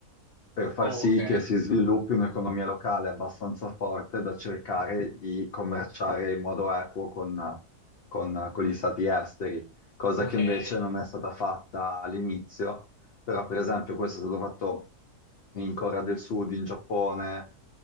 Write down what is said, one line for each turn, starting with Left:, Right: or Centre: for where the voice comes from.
Left: per far
Right: Oh,
Left: sì
Right: ok,
Left: che si sviluppi un'economia locale abbastanza forte da cercare di commerciare in modo equo con, con- con gli stati esteri, cosa
Right: ok.
Left: che invece non è stata fatta all'inizio, però per esempio questo è stato fatto in Corea del Sud, in Giappone,